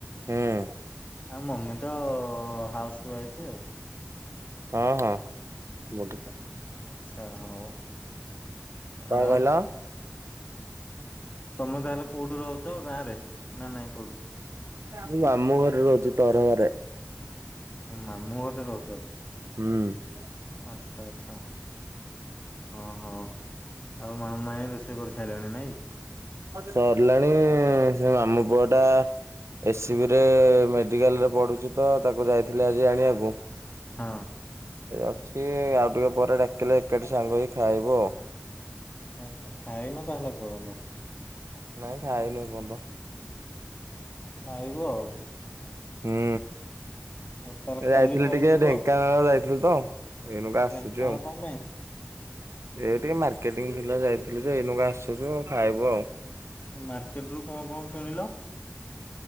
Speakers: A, on the right; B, on the left.
A: ହୁଁ।
B: ଆଉ ମମି ତ ହାଉସ୍ ୱାଇଫ୍ ଆଉ।
A: ହଁ, ହଁ ଗୋଟେ ଚା।
B: ଆଚ୍ଛା ହଉ,
A: କଣ
B: ଆଉ।
A: କହିଲ?
B: ତମେ ତାହେଲେ କୋଉଠି ରହୁଛ ଗାଁ ରେ ନା ନାଇଁ କୋଉଠି?
A: ମୁଁ ମାମୁ ଘରେ ରହୁଛି ତରବାରେ।
B: ମାମଁ ଘରେ ରହୁଛ?
A: ହୁଁ।
B: ଆଚ୍ଛା ଆଚ୍ଛା। ଓଁ ହୋ ଆଉ ମାମୁଁ, ମାଇଁ ରୋଷେଇ କରିସାରିଲେଣି ନାଇଁ?
A: ସରିଲାଣି ସେ ମାମୁ ପୁଅ ଟା ଏସ୍ ସିବି ରେ ମେଡିକାଲ ରେ ପଢୁଛି ତ ତାକୁ ଯାଇଥିଲି ଆଜି ଆଣିବାକୁ।
B: ହଁ।
A: ଅଛି ଆଉ ଟିକେ ପରେ ଡାକିଲେ ଏକାଠି ସାଙ୍ଗ ହେଇ ଖାଇବୁ ଆଉ।
B: ଆଉ ତମେ ଖାଇନ ତାହେଲେ ଏ ପର୍ଯ୍ୟନ୍ତ।
A: ନାଇଁ ଖାଇନୁ ଏ ପନ୍ତ।
B: ଖାଇବୁ ଆଉ।
A: ହୁଁ।
B: ଆଉ ତାହେଲେ
A: ଯାଇଥିଲି
B: କାଲି କୁଆଡେ
A: ଟିକେ
B: ଯିବ
A: ଢେଙ୍କାନାଳ ଯାଇଥିଲୁ ତ ଏଇନୁକା ଆସୁଛି
B: ଢେଙ୍କାନାଳ
A: ଆଉ।
B: କଣ ପାଇଁ?
A: ଏ ଟିକେ ମାର୍କେଟିଂ ଥିଲା ଯାଇଥିଲି ଯେ ଏଇନୁକୁ ଆସୁଛୁ ଖାଇବୁ ଆଉ।
B: ମାର୍କେଟରୁ କଣ କଣ କିଣିଲ?